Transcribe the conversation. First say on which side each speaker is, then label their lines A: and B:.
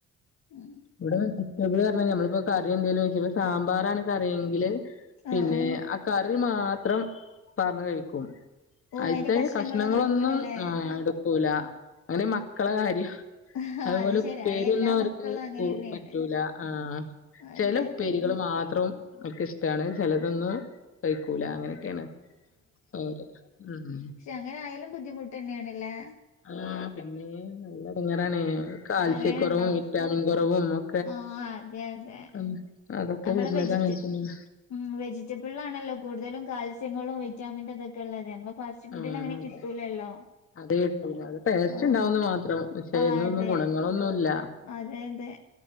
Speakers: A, on the left (about 65°); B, on the left (about 45°).
A: ഉം.
B: ഇവിട വേജിറ്റമ്പിൾ റഞ്ഞാ നമ്മൾ പ്പോ കറി എന്തേലും വെച്ച്പ്പ സാമ്പാറാണ് കറിയെങ്കില് പിന്നെ
A: ആഹ് ആഹ്
B: ആ കറി മാത്രം പാർന്നു കഴിക്കും.
A: ഓ
B: അയിത്തെ
A: അതിന്റെ
B: കഷ്ണങ്ങളൊന്നും
A: എടുക്കൂലല്ലേ
B: ആഹ് എടുക്കൂല അങ്ങനെ മക്കളെ കാര്യം-
A: ആഹ്
B: അതുപോലെ
A: അത്
B: ഉപ്പേരിന്നും
A: ശരി അത് എല്ലാ
B: അവർക്ക്
A: മക്കളും
B: ക്കു
A: അങ്ങനെ തന്നെയാണ്
B: പറ്റൂല ആഹ്
A: അതെ
B: ചെല ഉപ്പെരികള്
A: അതെ
B: മാത്രം വർക്ക് ഇഷ്ടാണ് ചെലതൊന്നും കഴിക്കൂല അങ്ങനെ ക്കെണു അവര് ഹ് ഹ് ഉം.
A: ക്ഷെ അങ്ങനെ ആയാലും ബുദ്ധിമുട്ട ന്നെണാല്ലേ?
B: ആഹ് പിന്നെ നല്ല ഇടങ്ങേറാണ് കാൽസ്യക്കൊറവും
A: പറയാണ്ടോ
B: വിറ്റാമിൻ കൊ റവും ഓ
A: ആഹ് അതെ അതെ.
B: <inaudible>
A: നമ്മളെ
B: വരുന്നത്
A: വെജിറ്റ്
B: അങ്ങനെ തന്നെയാണ്
A: ഉം വെജിറ്റബിൾ ആണല്ലോ കൂടുതലും കാൽസ്യങ്ങളും വിറ്റാമിന്റ തൊക്കെള്ളത് നമ്മള് ഫാസ്റ്റ് ഫുഡിൽ
B: ആഹ്
A: അങ്ങനെ കിട്ടൂലല്ലോ
B: അതെ അത് കിട്ടൂല അത് ടേസ്റ്റ്
A: ആഹ്
B: ഉണ്ടാവുന്ന് മാത്രം പക്ഷെ
A: ആഹ്
B: ഐന്നൊന്നും
A: അതെ
B: ഗുണങ്ങളൊന്നുല്ല.
A: അതെ അതെ